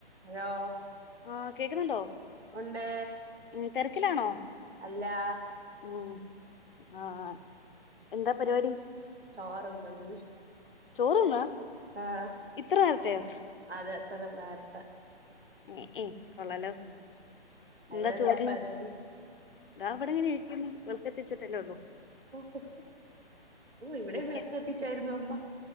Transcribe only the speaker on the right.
ഹലോ
ഉണ്ട്
അല്ലാ
ചാറ്ല്ലന്ന്
ആഹ്
അതെ ഇത്ര നേരത്തെ
ഉം
അവിടെ
പരിപാടി
ഓഹ് ഇവിടെയും
വിളക്ക് കത്തിച്ചായിരുന്നു അമ്മ